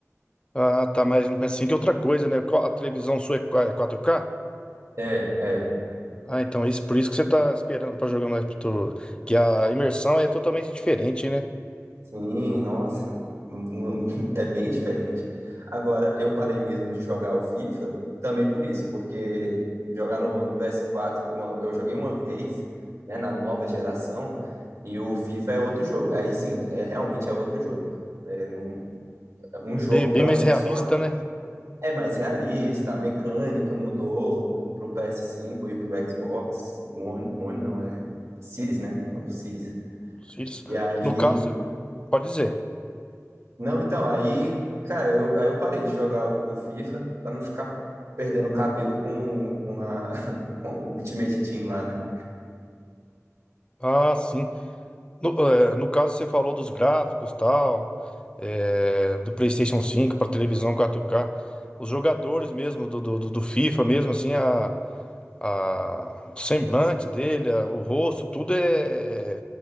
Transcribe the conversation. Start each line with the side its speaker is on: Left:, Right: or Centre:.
Left: Ah, tá, mas não pensei que é outra coisa, né? Qual- A televisão sua é qua- é 4K?
Right: É, é.
Left: Ah, então isso, por isso que você tá esperando pra jogar mais pro- que a imersão é totalmente diferente, né?
Right: Sim, nossa, não- não- <laughs> é bem diferente. Agora, eu parei mesmo de jogar o FIFA também por isso, porque jogar no, no PS4, uma- eu joguei uma vez, né, na nova geração, e o FIFA é outro jogo. Aí sim, é realmente é outro jogo. É num- um
Left: É
Right: jogo
Left: bem, bem
Right: para
Left: mais
Right: um console
Left: realista, né?
Right: é mais realista, a mecânica mudou pro PS5 e pro Xbox One, One não, é Series, né? é O Series.
Left: Os filhos.
Right: E aí.
Left: No caso, você pode dizer.
Right: Não, então, aí, cara, eu, aí eu parei de jogar o, o FIFA pra não ficar perdendo cabelo com, com, a, <laughs> com o Ultimate Team lá, né?
Left: Ah, sim. No, eh, no caso, você falou dos gráficos tal, eh, do PlayStation cinco para televisão 4K. Os jogadores mesmo do, do, do do FIFA mesmo, assim, a, a, o semblante dele, a- o rosto, tudo é,